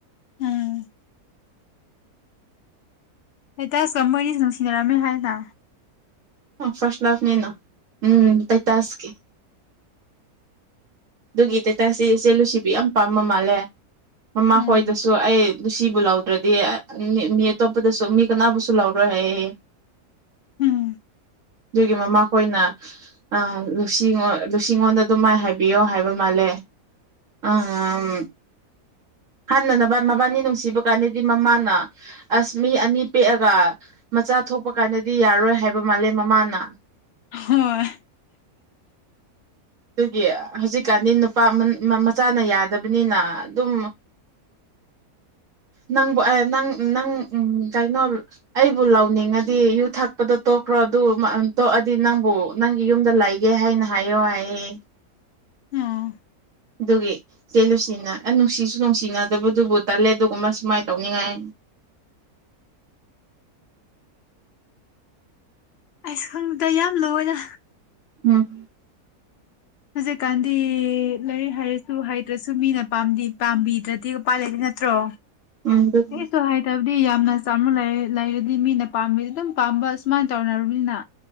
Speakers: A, on the left; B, on the right.
A: ꯎꯝ ꯍꯩꯇꯥꯁꯀ ꯃꯣꯏꯅꯤ ꯅꯨꯡꯁꯤꯅꯔꯝꯃꯦ ꯍꯥꯏꯅ꯫
B: ꯍꯝ ꯐꯔꯁ ꯂꯥꯐ ꯅꯤꯅ꯫ ꯎꯝ ꯇꯩꯇꯥꯥꯁ ꯀꯤ ꯗꯨꯒꯤ ꯇꯩꯇꯥꯁꯁꯤ ꯏꯆꯦ ꯂꯨꯁꯤꯕꯤ ꯌꯥꯝ ꯄꯥꯝꯕ ꯃꯥꯜꯂꯦ꯫ ꯃꯃꯥ
A: ꯎꯝ
B: ꯍꯣꯏꯗꯁꯨ ꯑꯩ ꯂꯨꯁꯤꯕꯨ ꯂꯧꯗ꯭ꯔꯗꯤ ꯃꯤ ꯑꯇꯣꯞꯄꯗꯁꯨ ꯃꯤ ꯀꯅꯥꯕꯨꯁꯨ ꯂꯧꯔꯣꯏ ꯍꯥꯏꯌꯦ ꯌꯦ
A: ꯎꯝ
B: ꯑꯗꯨꯒꯤ ꯃꯃꯥꯈꯣꯏꯅ ꯑ ꯂꯨꯁꯤꯉꫭ ꯂꯨꯁꯤꯉꯣꯟꯗ ꯑꯗꯨꯃꯥꯏꯅ ꯍꯥꯏꯕꯤꯌꯣ ꯍꯥꯏ꯫ ꯕ ꯃꯥꯜꯂꯦ ꯑꯥꯝ ꯍꯥꯟꯅ ꯅꯕꯥ ꯃꯕꯥꯅꯤ ꯅꯨꯡꯁꯤꯕ ꯀꯥꯟꯗꯗꯤ ꯃꯃꯥꯅ ꯑꯁ ꯃꯤ ꯑꯅꯤ ꯄꯦꯛꯑꯒ ꯃꯆꯥ ꯊꯣꯛꯄ ꯀꯥꯟꯗꯗꯤ ꯌꯥꯔꯣꯏ ꯍꯥꯏꯕ ꯃꯥꯜꯂꯦ ꯃꯃꯥꯅ꯫
A: ꯍꯣꯏ꯫
B: ꯑꯗꯨꯒꯤ ꯍꯧꯖꯤꯛꯀꯥꯟꯗꯤ ꯅꯨꯄꯥ ꯃ ꯃ ꯃꯆꯥꯅ ꯌꯥꯗꯕꯅꯤꯅ ꯑꯗꯨꯝ ꯅꯪꯕꯨ ꯑ ꯅꯪ ꯅꯪ ꯀꯩꯅꯣ ꯑꯩꯕꯨ ꯂꯥꯎꯅꯤꯡꯑꯗꯤ ꯌꯨ ꯊꯛꯄꯗꯣ ꯇꯣꯛꯈ꯭ꯔꯣ ꯑꯗꯨ ꯃ ꯑ ꯇꯣꯛꯑꯗꯤ ꯅꯪꯕꯨ ꯅꯪꯒꯤ ꯌꯨꯝꯗ ꯂꯩꯒꯦ ꯍꯥꯏꯅ ꯍꯥꯏꯌꯣ ꯍꯥꯏꯌꯦ꯫
A: ꯎꯝ
B: ꯑꯗꯨꯒꯤ ꯆꯦꯂꯨꯁꯤꯅ ꯑ ꯅꯨꯡꯁꯤꯁꯨ ꯅꯨꯡꯁꯤꯅꯗꯕꯗꯨꯕꯨ ꯇꯜꯂꯦ ꯑꯗꯨꯒꯨꯝꯕ ꯁꯨꯃꯥꯏꯅ ꯇꯧꯅꯤꯡꯉꯥꯏ
A: ꯑꯁ ꯈꯪꯗ ꯌꯥꯝ ꯂꯨꯋꯦꯗ꯫
B: ꯎꯝ
A: ꯍꯧꯖꯤꯀꯥꯟ ꯗꯤ ꯂꯩꯔꯤꯛ ꯍꯥꯏꯔꯁꯨ ꯍꯩ ꯗ꯭ꯔꯁꯨ ꯃꯤꯅ ꯄꯥꯝꯗꯤ ꯄꯥꯝꯕꯤꯗ꯭ꯔꯗꯤ ꯎꯄꯥ ꯂꯩꯇꯦ ꯅꯠꯇ꯭ꯔꯣ꯫
B: ꯎꯝ ꯑꯗꯨꯅꯤ
A: ꯑꯦꯁꯨ ꯍꯥꯏꯗ ꯗꯤ ꯌꯥꯝꯅ ꯆꯝꯅ ꯂꯩ ꯂꯩꯔꯗꯤ ꯃꯤꯅ ꯄꯥꯝꯑꯗꯤ ꯑꯗꯨꯝ ꯄꯥꯝꯕ ꯁꯨꯃꯥꯏꯅ ꯇꯧꯅꯔꯕꯅꯤꯅ